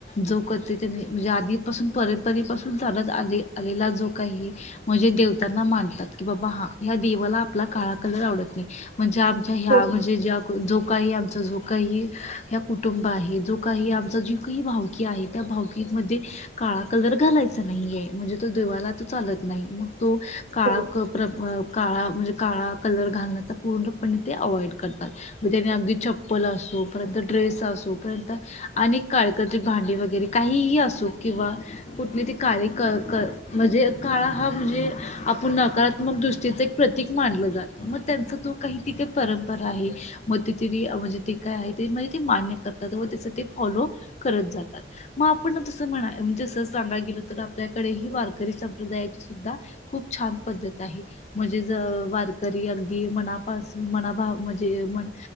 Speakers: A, on the left; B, on the right.
A: जो करतेनी म्हणजे आधीपासून परंपरेपासून त्यालाच आले आलेला जो काही म्हणजे देवतांना मानतात की बाबा हा ह्या देवाला आपला काळा कलर आवडत नाही म्हणजे आमच्या ह्या
B: हो हो
A: म्हणजे ज्या जो काही आमचा जो काही ह कुटुंब आहे जो काही आमचा जीव काही वाव की आहे त्या भावकीिकमध्ये काळा कलर घालायचा नाहीये म्हणजे तो देवाला त चालत नाही मग तो काळा
B: हो
A: क प्र काळा म्हणजे काळा कलर घालण्याचा पूर्णपणे ते अवॉइड करतात मग त्याने अगदी चप्पल असो पर्यंत ड्रेस असो पर्यंत अनेक काय करी भांडी वगैरे काहीही असो किंवा कुठली त काळी म्हणजे काळा हा म्हणजे आपण नकार मग दुसरीचं एक प्रतीक मानलं जातं मग त्यांचं तू काही ती काही परंपरा आहे मग तेिथरी म्हणजे ते काय आहे त म्हणजे ते मान्य करतात व त्याचं ते फॉलो करत जातात मग आपण तसं म्हणा जस सांगा गेल तर आपल्याकडे ह वारकरी संप्रदायाची सुद्धा खूप छान पद्धत आहे म्हणजे वारकरी अगदी मना पा मनाभ म्हणजे म